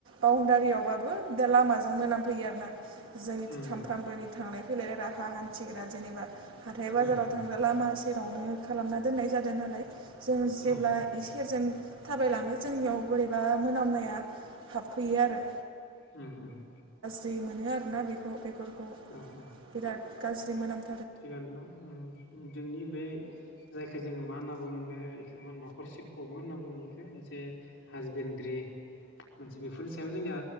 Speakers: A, on the right; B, on the left.
A: बाउन्डारियावबाबो दा लामाजों मोनामफैयो आरोना जोंनि
B: उम
A: सामफ्रामबोनि
B: उम
A: थांलाय फैलाय राहा हान्थिग्रा जेनेबा हाथाय बाजाराव
B: उम उम
A: थांग्रा लामा जेरावनो खालामना दोननाय जादों नालाय जों जेब्ला
B: औ औ
A: इ सेरजों थाबायलाङो जोंनियाव बोरैबा मोनामनाया हाबफैयो आरो
B: उम उम
A: गाज्रि मोनो आरोना बेखौ बेफोरखौ
B: औ औ
A: बिराद गाज्रि मोनाम
B: थिगानो दं जोंनि बे जायखौ जोङो मा होनना बुङोनो बेखौ मा नखरसेब बबो होनना बुङो बेखौ मोनसे हासबेन्दड्रि <unintelligible> मोनसे बेफोरनि सायाव जोंनिया